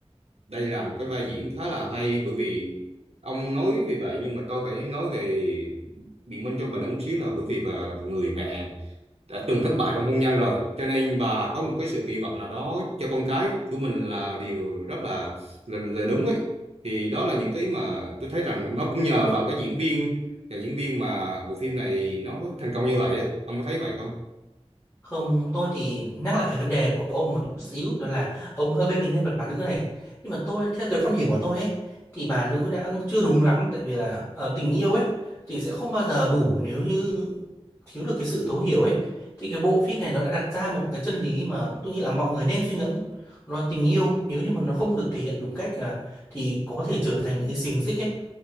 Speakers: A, on the right (about 70°); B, on the left (about 20°).
A: đây là một cái vai diễn khá là hay bởi vì ông nói vì vậy nhưng mà tôi phải nói về biện minh cho bà nữ một xíu là bởi vì bà là một người mẹ đã từng thất bại trong hôn nhân rồi cho nên bà có một cái sự kỳ vọng nào đó cho con cái của mình là điều rất là là, là đúng ấy thì đó là những cái mà tôi thấy rằng nó cũng nhờ vào cái diễn viên và diễn viên mà bộ phim này nó thành công như vậy ấy. Ông có thấy vậy không?
B: không tôi thì nhắc lại cái vấn đề của ông một chút xíu đó là ông hơi bên cái nhân vật bà nữ này nhưng mà tôi theo cái quan điểm của tôi ấy thì bà nữ đã chưa đúng lắm tại vì là ờ, tình yêu ấy thì sẽ không bao giờ đủ nếu như thiếu được cái sự thấu hiểu ấy thì cái bộ phim này nó đã đặt ra một cái chân lý mà tôi nghĩ là mọi người nên suy ngẫm đó là tình yêu nếu như mà nó không được thể hiện đúng cách à, thì có thể trở thành những cái xiềng xích ấy